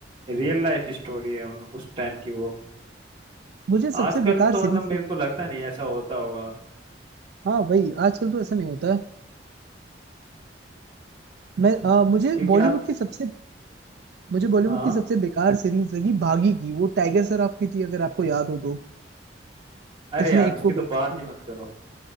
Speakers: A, on the right (about 30°); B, on the right (about 60°).
A: रियल लाइफ स्टोरी है उन उस टाइम की वो
B: मुझे सबसे
A: आजकल
B: बेकार
A: तो
B: सीरीज
A: मतलब मेरे को लगता नहीं ऐसा होता होगा
B: हाँ वही आजकल तो ऐसा नहीं होता है मैं अ, मुझे
A: क्योंकि
B: बॉलीवुड
A: आज
B: की सबसे मुझे बॉलीवुड
A: हाँ
B: की सबसे बेकार सीरीज लगी भागी की वो टाइगर श्रॉफ की थी अगर आपको याद हो तो
A: अरे
B: उसमें
A: यार
B: एक
A: उसकी
B: को
A: तो
B: गर्लफ्रेंड
A: बात ही मत करो